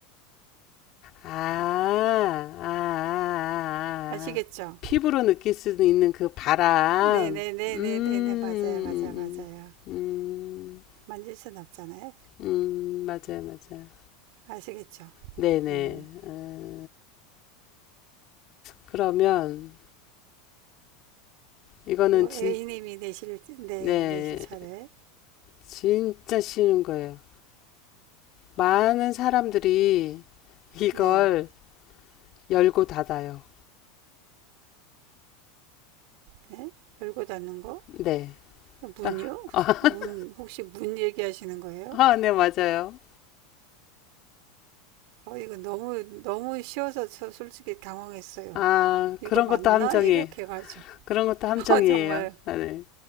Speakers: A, on the left; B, on the right.
A: 아, 아, 아,
B: 아시겠죠?
A: 아. 피부로 느낄 수 있는 그 바람.
B: 네네네네네네
A: 음,
B: 맞아요 맞아 요 맞아요
A: 음, 음, 음,
B: 만질 순 없잖아요
A: 음, 맞아요, 맞아요.
B: 아시겠죠?
A: 네네.
B: 음요
A: 어, 그러면 이거는 진,
B: A님이 내실 네
A: 네,
B: 내실 차례
A: 진짜 쉬운 거예요. 많은 사람들이 이걸
B: 네
A: 열고 닫아요.
B: 네? 열고 닫는 거
A: 네.
B: 문요?
A: 딱, 아, <laughs>
B: 문 혹시 문 얘기하시는 거예요?
A: 아, 네, 맞아요.
B: 어, 이거 너무 너무 쉬워서 저 솔직히 당황했어요.
A: 아,
B: 이거
A: 그런
B: 맞나?
A: 것도 함정이에요.
B: 이렇게 가죠.
A: 그런 것도 함정이에요.
B: <laughs> 어, 정말
A: 아, 네.